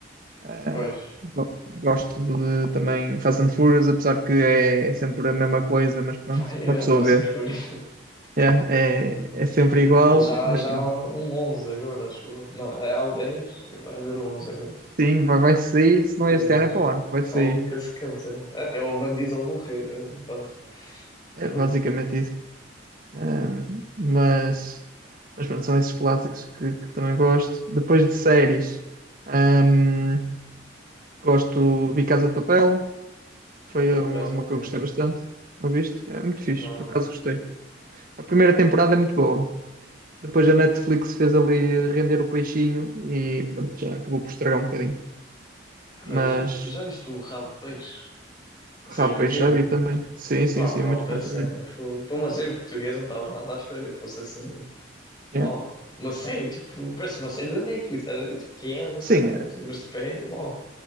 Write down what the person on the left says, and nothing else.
Pois.
Pá, é
Assassin's
Creed.
Aquilo <laughs> já,
já
há um 11 agora, acho eu. Não, é há o 10. Vai haver o 11 agora.
Jesus.
O
pessoal
nunca se cansa. né? Até o Van Diesel morrer, né? Rapaz,
fogo.
Olha, por
acaso
não
vi.
Não,
não.
É verdade,
e já, já isto o Rabo de Peixe, a
série portuguesa.
Pá,
está alta
a cena.
fogo. Para uma série portuguesa não estava nada à espera que fosse assim.
Uau. Uma série tipo, parece uma série da Netflix, estás a ver? Tipo, que é uma
série da Netflix, mas tipo, é, uau,